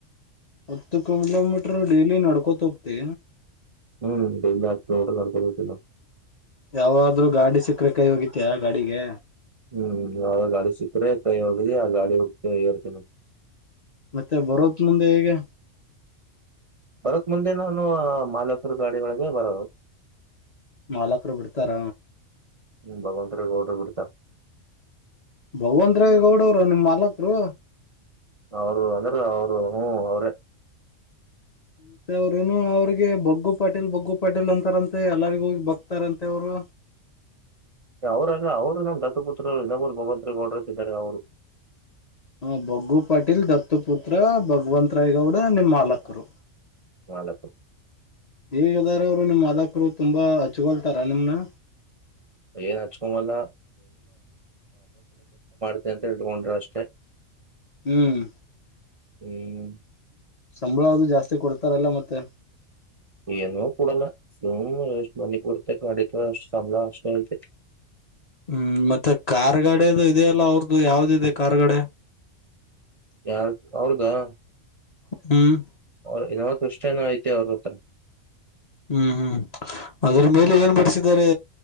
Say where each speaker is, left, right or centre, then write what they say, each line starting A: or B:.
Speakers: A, on the left; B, on the right.
A: ಹತ್ತು ಕಿಲೋಮೀಟರ್ ಡೈಲಿ ನಡ್ಕೋತ ಹೋಗ್ತಿ?
B: ಹ್ಮಂ ದಿನ್ನಾ ಹತ್ತ ಕಿಲೋಮಿಟರ್ ನಡಕೊಂಡ ಹೋಗ್ತಿನ ನಾ
A: ಯಾವ್ದಾದ್ರು ಗಾಡಿ ಸಿಕ್ಕರೆ ಕೈ ಒಗಿತೀಯ ಗಾಡಿಗೆ
B: ಹ್ಮ್ ಯಾವ ಗಾಡಿ ಸಿಕ್ಕ್ರೆ ಕೈ ಹೋಗ್ದಿ ಆ ಗಾಡಿ ಹೋಗ್ತ ಹೇರ್ತೇನಿ
A: ಮತ್ತೆ ಬರೋಕ್ ಮುಂದೆ ಹೇಗೆ
B: ಬರಕ್ ಮುಂದೆ ನಾನು ಮಾಲಕರು ಗಾಡಿ ಒಳಗೆ ಬರದು
A: ಮಾಲಕ್ರು ಬಿಡ್ತಾರ
B: ಹ್ಮ ಭಗವಂತರ ಗೌಡ್ರು ಬಿಡತಾರ
A: ಭಗವಂತರಾಯ ಗೌಡುರು ಅವರು ನಿಮ್ಮ್ ಮಾಲಕರು
B: ಅವರು ಅಂದ್ರೆ ಅವರು ಹ್ಮ ಅವ್ರೇ
A: ಮತ್ತೆ ಅವ್ರೇನು ಅವ್ರಿಗೆ ಬೊಗ್ಗು ಪಾಟೇಲ್ ಬೊಗ್ಗು ಪಾಟೇಲ್ ಅಂತಾರಂತೆ ಎಲ್ಲರಿಗೋಗಿ ಬಗ್ತಾರಂತೆ ಅವರು
B: ಅವರಲ್ಲ ಅವರು ನಮ್ ದತ್ತು ಪುತ್ರರು ಇನ್ನೊಬ್ಬರು ಭಗವಂತ ಗೌಡ್ರಂತಿದ್ದಾರ ಅವರು
A: ಹ ಬೊಗ್ಗು ಪಾಟೀಲ್ ದತ್ತು ಪುತ್ರ ಭಗವಂತ ರಾಯ್ ಗೌಡ ನಿಮ್ಮ್ ಮಾಲಕರು
B: ಮಾಲಕರು
A: ಹೇಗದಾರ ಅವರು ನಿಮ್ ಮಾಲಕರು ತುಂಬಾ ಹಚ್ಗೊಳ್ತಾರ ನಿಮ್ನ
B: ಏನ್ ಹಚ್ಕೊಮಲ್ಲ ಅಂತ್ಹೇಳಿ ಇಟ್ಕೊಂಡಾರ ಅಷ್ಟೇ
A: ಹ್ಮ್
B: ಹ್ಮ್
A: ಸಂಬಳ ಅದು ಜಾಸ್ತಿ ಕೊಡ್ತಾರಲ್ಲ ಮತ್ತೆ
B: ಏನೂ ಕೊಡಲ್ಲ ಸುಮ್ ಎಷ್ಟು ಮನಿಪೂರ್ತಕ ನಡಿತದ ಅಷ್ಟು ಸಂಬಳ ಅಷ್ಟೇ ಐತೆ
A: ಹ್ಮ್ ಮತ್ತೆ ಕಾರ್ಗಾಡೇ ಅದು ಇದೆಯಲ್ಲ ಅವ್ರ್ದು ಯಾವ್ದ ಇದೆ ಕಾರ್ಗಡೆ
B: ಯಾರ್ ಅವ್ರದಾ
A: ಹ್ಮ್
B: ಅವ್ರ ಏನೋೃಷ್ಟೇನ ಐತಿ ಅವ್ರ ಹತ್ರ
A: ಹ್ಮ್ ಹ್ಮ್ ಅದ್ರ ಮೇಲೆ ಏನ್ ಮಾಡಡಸಿದ್ದಾರೆ